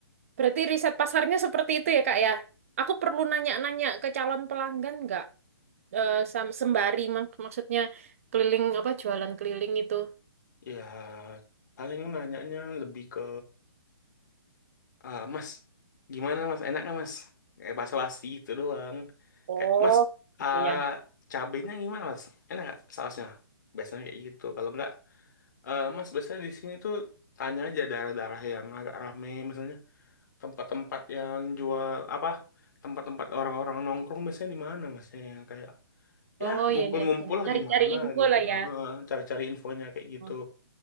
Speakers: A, on the right; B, on the left.
A: Berarti riset pasarnya seperti itu ya, Kak ya? Aku perlu nanya-nanya ke calon pelanggan nggak? Eh, sam- sembari mak- maksudnya keliling apa jualan keliling itu.
B: Ya, paling nanyanya lebih ke, "Ah, Mas, gimana Mas? Enak nggak Mas? Kayak basa-basi itu doang.
A: Oh,
B: Kayak, Mas, ah,
A: iya. ya.
B: cabenya gimana Mas? Enak nggak sausnya? Biasanya kayak gitu. Kalau nggak, "Eh, Mas, biasanya di sini tuh tanya aja daerah-daerah yang agak rame, misalnya. tempat-tempat yang jual apa tempat-tempat orang-orang nongkrong biasanya di mana mas ya Yang kayak ya
A: Oh
B: ngumpul-ngumpul
A: iya iya. Ya.
B: lah
A: Cari-cari
B: di mana
A: info
B: gitu
A: lah ya.
B: Heeh, cari-cari infonya kayak gitu
A: Oh,